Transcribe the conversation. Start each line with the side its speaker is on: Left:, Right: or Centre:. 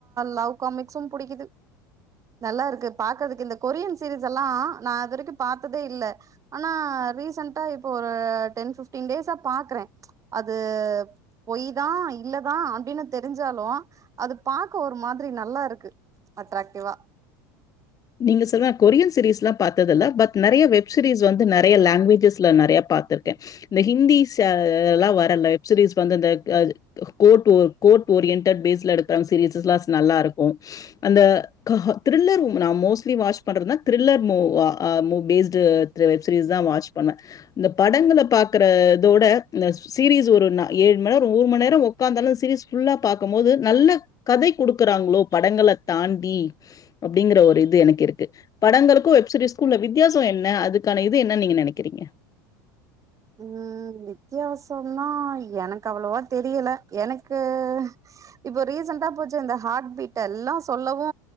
Right: லவ் காமிக்ஸு புடிக்குது நல்லா இருக்கு பாக்குறதுக்கு இந்த கொரியன் சீரீஸ் எல்லா நா அது வரைக்கு பாத்ததே இல் ஆனா ரீசன்ட் ட்டா இப்போ ஒரு டென் பிப்டன் டேஸா பாக்குறே அது பொய் தா இல்லதா அப்டின்னு தெரிஞ்சாலு அது பாக்க ஒரு மாதிரி நல்லா இருக்கு அட்ராக்ட்டிவா
Left: நீங்க சொல்ற கொரியன் சீரீயஸ் எல்லா பாத்ததில்ல பட் நெறைய வெப் சீரீயஸ் வந்து நெறைய லாங்வேஜஸ்ல நெறைய பாத்திருக்கே இந்த ஹிந்திஸ் எல்லா அ வருல்ல வெப்சீரீயஸ் வந்து அந்த அது கோட்ர்டோ கோர்ட் ஓரியன்டட் பேஸ்ல எடுத்த சீரீயஸ்சஸ் எல்லா நல்லா இருக்கும் அந்த க த்ரில்லர் நா மோஸ்லி வாட்ச் பண்றதுன்னா த்ரில்லர் மூ அ அ பேஸ்ட்டு வெப் சீரீயஸ்தா வாட்ச் பண்ணுவே இந்த படங்கள்ல பாக்கற தோட இந்த சீரீயஸ் ஒரு ஏழு மண் நேரம் மூனு மண் நேரம் இப்ப அந்தளவு சீரீயஸ் ஃபுல்லா பாக்கம் போது நல்ல கதை குடுக்கறாங்களோ படங்கள தாண்டி அப்டிங்கற ஒரு இது எனக்கு இருக்கு படங்களுக்கும் வெப்சீரீயஸ்க்கும் உள்ள வித்தியாசம் என்ன அதுக்கான இது என்னன்னு நீங்க நெனைக்கிறீங்க
Right: உம் வித்தியாசம்ன்னா எனக்கு அவ்வளவா தெரியல எனக்கு இப்ப ரீசன்டடா போச்சே இந்த ஹார்ட் பீட் எல்லா சொல்லவு